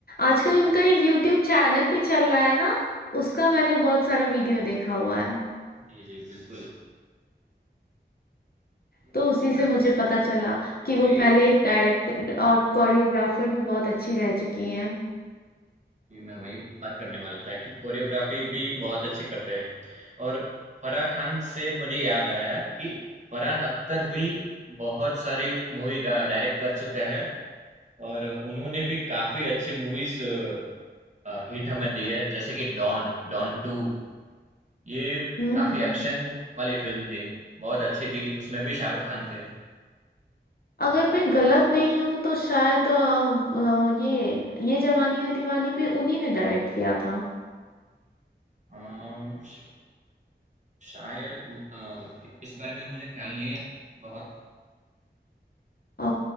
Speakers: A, on the left; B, on the right.
A: आजकल
B: जी
A: उनका एक यूट्यूब चैनल भी चल रहा है ना उसका मैंने बहुत सारा वीडियो देखा हुआ है
B: जी जी बिल्कुल तो
A: तो उसी
B: यार
A: से मुझे पता चला कि
B: जी
A: वो पहले एक डायरेक्टर और कोरियोग्राफर भी बहुत अच्छी रह चुकी है
B: जी मैं वही बात करने वाला था कि कोरियोग्राफी भी बहुत अच्छी करते हैं और फराह खान से मुझे याद आया कि फरहान अख्तर भी बहुत सारी मूवी डायरेक्ट कर चुके हैं और उन्होंने भी काफ़ी अच्छी मूवीज़ अ, हिट हमें दी है जैसे कि डॉन डॉन टू ये
A: हम्म
B: काफ़ी एक्शन वाली फिल्म थी बहुत अच्छी थी उसमें भी शाहरुख खान थे
A: अगर मैं गलत नहीं हूँ तो शायद अ, अ, ये ये जवानी है दीवानी भी उन्हीं ने डायरेक्ट किया था
B: अम, श- शायद अ, इस बारे में मुझे ख्याल नहीं है बहुत
A: ओ,